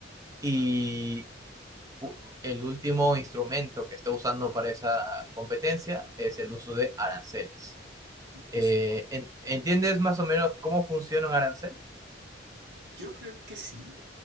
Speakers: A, on the right; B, on the right.
A: Y u- el último instrumento que está usando para esa competencia es el uso de aranceles.
B: justo,
A: Eh,
B: ¿no?
A: en- ¿entiendes más o menos cómo funciona un arancel?
B: Quiero creer que sí,